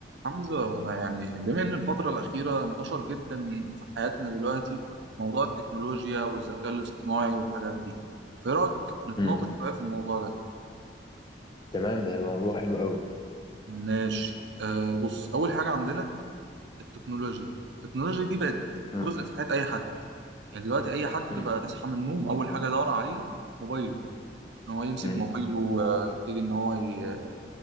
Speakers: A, on the right (about 75°); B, on the left (about 25°).
A: حمزة يعني بما إن الفترة الأخيرة انتشر جدا في حياتنا دلوقتي موضوع التكنولوجيا والذكاء الاصطناعي والحاجات دي، فإيه رأيك نتناقش
B: امم
A: شوية في الموضوع ده؟
B: تمام ده هيبقى موضوع حلو قوي
A: ماشي، آه بص أول حاجة عندنا التكنولوجيا، التكنولوجيا دي بقت
B: امم
A: جزء في حياة أي حد، يعني دلوقتي أي حد
B: امم
A: بقى يصحى من النوم أول حاجة يدور عليها موبايله، إن هو يمسك
B: امم
A: موبايله ويبتدي إن هو ي-